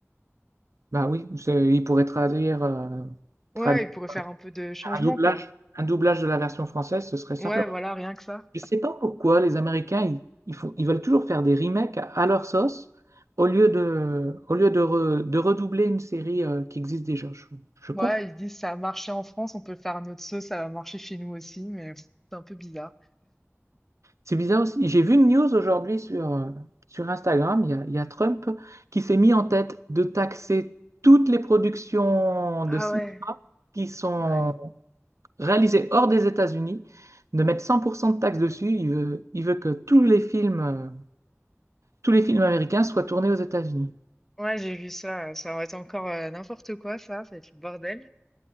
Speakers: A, on the right; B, in the centre.
A: Bah oui, c'est- il pourrait traduire, euh,
B: <laughs>
A: traduire
B: ouais, ils pourraient faire
A: euh,
B: un peu de changement,
A: un doublage,
B: quoi.
A: un doublage de la version française, ce serait simple.
B: Ouais, voilà, rien que ça.
A: Je sais pas pourquoi les Américains, ils, ils font- ils veulent toujours faire des remakes à, à leur sauce au lieu de, au lieu de, re- de redoubler une série euh, qui existe déjà. Je, je
B: Ouais,
A: comprends.
B: ils se disent ça a marché en France, on peut le faire à notre sauce, ça va marcher chez nous aussi, mais pff, c'est un peu bizarre.
A: C'est bizarre aussi. J'ai vu une news aujourd'hui sur, euh, sur Instagram. Il y a, il y a Trump qui s'est mis en tête de taxer toutes les productions de
B: Ah
A: cinéma
B: ouais,
A: qui sont
B: ouais.
A: réalisé hors des États-Unis, de mettre 100% de taxes dessus. Il veut, il veut que tous les films, euh, tous les films américains soient tournés aux États-Unis.
B: Ouais, j'ai vu ça. euh, Ça aurait été encore euh, n'importe quoi, ça. Ça va être le bordel.